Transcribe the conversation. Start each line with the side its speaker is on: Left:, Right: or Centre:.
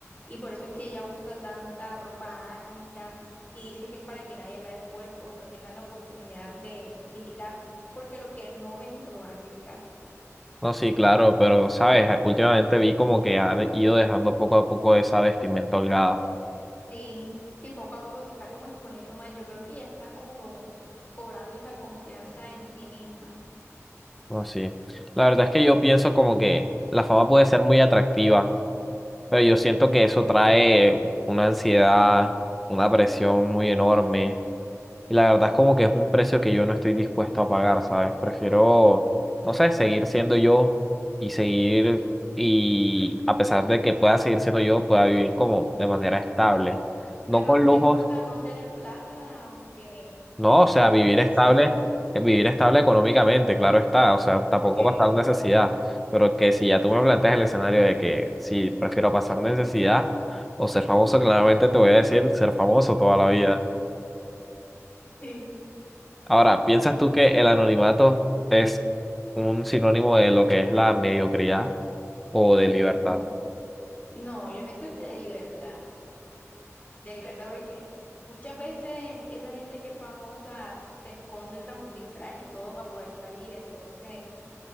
Left: Y por eso es que ella usa tanta ropa a- ancha y dice que es para que nadie vea el cuerpo y no tengan la oportunidad de criticar, porque lo que no ven no lo van a criticar.
Centre: No, sí, claro, pero, ¿sabes? Últimamente vi como que ha de- ido dejando poco a poco esa vestimenta holgada.
Left: Sí, sí, poco a poco se está como exponiendo más. Yo creo que ya está como, como cobrando esa confianza en sí misma.
Centre: No, sí. La verdad es que yo pienso como que la fama puede ser muy atractiva, pero yo siento que eso trae una ansiedad, una presión muy enorme. Y la verdad es como que es un precio que yo no estoy dispuesto a pagar, ¿sabes? Prefiero, no sé, seguir siendo yo y seguir, y a pesar de que pueda seguir siendo yo, pueda vivir como de manera estable. No
Left: Pero
Centre: con
Left: no
Centre: lujos,
Left: te importa no tener plata, aunque...
Centre: No, o sea, vivir estable,
Left: ¿En serio?
Centre: eh, vivir estable económicamente, claro está, o sea, tampoco
Left: Ok. <laughs>
Centre: pasar necesidad, pero que si ya tú me planteas el escenario de que si prefiero pasar necesidad o ser famoso, claramente te voy a decir ser famoso toda la vida.
Left: Sí.
Centre: Ahora, ¿piensas tú que el anonimato es un sinónimo de lo que es la mediocridad o de libertad?
Left: No. No, yo pienso que de libertad, de libertad porque muchas veces esa gente que es famosa se esconde tras un disfraz y todo para poder salir, entonces